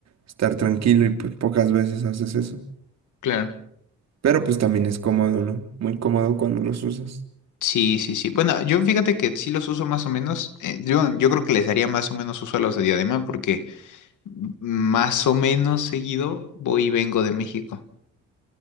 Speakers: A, on the right (about 60°); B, on the left (about 80°).
A: estar tranquilo y pues pocas veces haces eso.
B: Claro.
A: Pero pues también es cómodo, ¿no? Muy cómodo cuando los usas.
B: Sí, sí, sí. Bueno, yo fíjate que sí los uso más o menos. eh, yo, yo creo que les haría más o menos uso a los de diadema porque más o menos seguido voy y vengo de México.